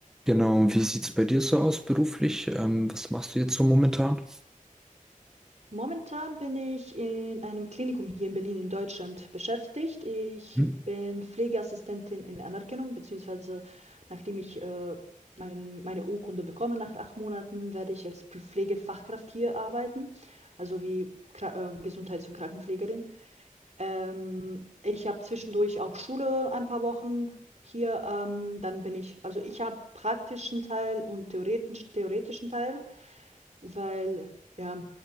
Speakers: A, in the centre; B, on the right.
A: Genau, und wie sieht's bei dir so aus beruflich? Ähm, was machst du jetzt so momentan?
B: Momentan bin ich in einem Klinikum hier in Berlin in Deutschland beschäftigt. Ich
A: Hm?
B: bin Pflegeassistentin in Anerkennung, beziehungsweise nachdem ich äh, mein, meine Urkunde bekomme, nach acht Monaten, werde ich als Pflegefachkraft hier arbeiten, also wie Kra äh, Gesundheits- und Krankenpflegerin. Ähm, ich habe zwischendurch auch Schule ein paar Wochen hier. Ähm, dann bin ich, also ich habe praktischen Teil und theoretischen, theoretischen Teil weil ja,